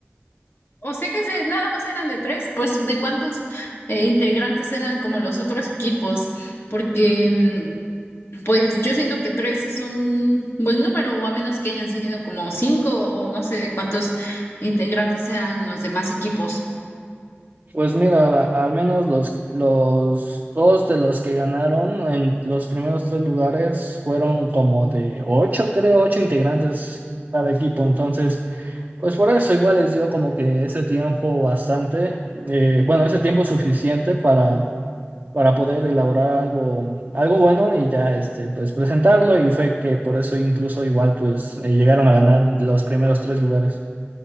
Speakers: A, on the left (about 70°); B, on the right (about 50°).
A: O sea que se- nada más eran de tres, pues ¿de cuántos eh, integrantes eran como los otros equipos? Porque mm, Pues yo siento que tres es un buen número, o a menos que hayan sido como cinco o no sé de cuántos integrantes sean los demás equipos.
B: Pues mira, al menos los, los dos de los que ganaron en los primeros tres lugares fueron como de ocho, creo, ocho integrantes cada equipo. Entonces, pues por eso igual les dio como que ese tiempo bastante, eh, bueno, ese tiempo suficiente para para poder elaborar algo, algo bueno y ya este, pues presentarlo y fue que por eso incluso igual pues eh, llegaron a ganar los primeros tres lugares.